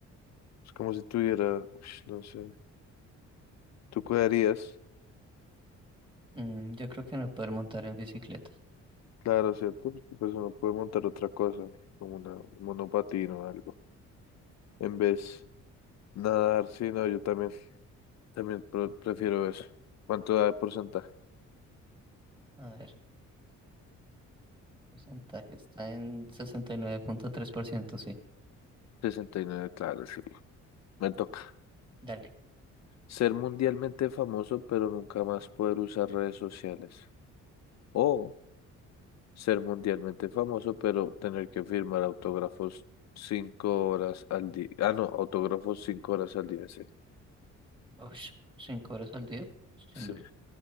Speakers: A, on the left (about 60°); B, on the right (about 15°).
A: Es como si tuviera, ush, no sé. ¿Tú cuidarías?
B: mm, yo creo que no poder montar en bicicleta.
A: Claro, ¿cierto? Porque pues uno puede montar otra cosa, como una, un monopatín o algo. En vez nadar, sí, no, yo también. También pro- prefiero eso. ¿Cuánto da de porcentaje?
B: A ver, porcentaje está en sesenta y nueve punto tres por ciento sí.
A: sesenta y nueve claro, sí. Me toca.
B: Dale.
A: Ser mundialmente famoso, pero nunca más poder usar redes sociales. O ser mundialmente famoso, pero tener que firmar autógrafos cinco horas al día. Ah, no, autógrafos cinco horas al día, sí.
B: Ush, cinco horas al día. siendo-
A: Sí.
B: el-